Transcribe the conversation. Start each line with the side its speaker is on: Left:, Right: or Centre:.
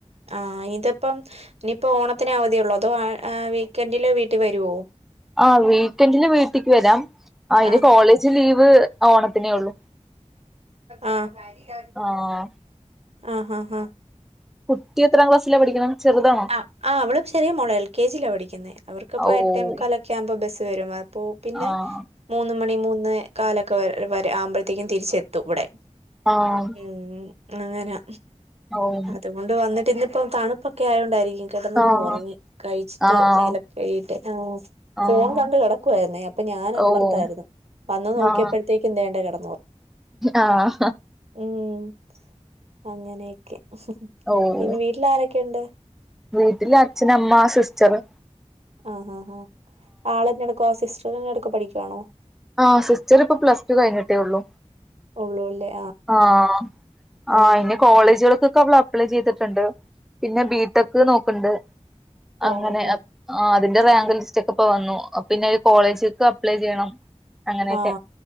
Right: ആഹ! ഇതിപ്പം ഇനിയിപ്പോ ഓണത്തിന് അവധിയെ ഉള്ളോ അതോ വീക്കെൻഡില് വീട്ടിൽ വരുവോ?
Centre: ആ വീക്കെന്ഡില് വീട്ടിക്ക് വരാം. അയ്
Right: ആഹ്
Centre: ന് കോളേജ് ലീവ് ഓണത്തിനേ ഉള്ളു.
Right: ആഹ്
Centre: ആഹ്
Right: ആഹ് ആഹ് ആഹ്.
Centre: കുട്ടി എത്രാം ക്ലാസ്സിലാ പഠിക്കണെ? ചെറുതാണോ
Right: ആഹ് ആഹ് അവള് ചെറിയ മോളാ എൽ കെ ജിലാ പഠിക്കുന്നെ. അവർക്കിപ്പോ
Centre: ഓഹ്
Right: എട്ടേമുക്കാലൊക്കെ ആവുമ്പോ ബസ്സ് വരും വ അപ്പോ പിന്നെ
Centre: ആഹ്
Right: മൂന്ന് മണി മൂന്ന് കാലൊക്കെ വരെ ആവുമ്പോഴത്തേക്കും തിരിച്ചെത്തു ഇവിടെ.
Centre: ആഹ് ആഹ്
Right: ഉം അങ്ങനെ
Centre: ഓഹ്
Right: അതുകൊണ്ട് വന്നിട്ട് ഇന്നിപ്പം തണുപ്പ് ക്കെ ആയോണ്ടായിരിക്കും കെടന്നങ്ങ്
Centre: ആഹ്
Right: ഒറങ്ങി. കഴിച്ചിട്ട്
Centre: ആഹ്
Right: മേലൊക്കെ കഴീട്ട്. ആഹ്
Centre: ആഹ്
Right: ഫോൺ കണ്ട് കിടക്കുവായിര്ന്നേ അപ്പ ഞാനപ്പുറത്തായിരുന്നു.
Centre: ഓഹ്
Right: വന്ന് നോക്കിയപ്പഴത്തേക്ക്
Centre: ആഹ്
Right: ദേണ്ടെ കെട
Centre: ആഹ്
Right: ഉം അങ്ങനെയൊക്കെ.
Centre: ഓഹ്
Right: പിന്നെ വീട്ടിലാരൊക്കെയുണ്ട്?
Centre: വീട്ടില് അച്ഛനമ്മ സിസ്റ്ററ്
Right: ആഹ! ആ.. ആ.. ആളെന്നെടുക്കുവാ <unintelligible> പഠിക്കവാണോ?
Centre: ആഹ് സിസ്റ്റർ ഇപ്പോ പ്ലസ് ടു കഴിഞ്ഞിട്ടേ ഒള്ളു
Right: ഉള്ളൂ അല്ലേ!
Centre: ആഹ് ആഹ്
Right: ഉം
Centre: ഇനി കോളേജുകൾക്ക് ക്കെ അവള് അപ്ലൈ ചെയ്തിട്ടുണ്ട് പിന്നെ ബിടെക് നോക്കണ്ട്.
Right: ഓഹോ
Centre: അങ്ങനെഅത് ആഅതി എന്റെ റാങ്ക് ലിസ്റ്റ ഒക്കെ ഇപ്പോ വന്നു. പിന്നെ ഒരു കോളേജെ അപ്ലൈ ചെയ്യണം. അങ്ങനെയൊക്കെ
Right: ആഹ!